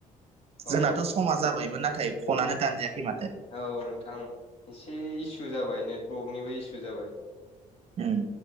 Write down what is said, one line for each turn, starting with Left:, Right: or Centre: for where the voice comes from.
Left: अ
Right: जोंनाथ' समा जाबायमोन नाथाय फनानो दानजायाखै माथो
Left: औ नोंथां एसे इसु जाबाय नेटवर्कनिबो इसु जाबाय
Right: उम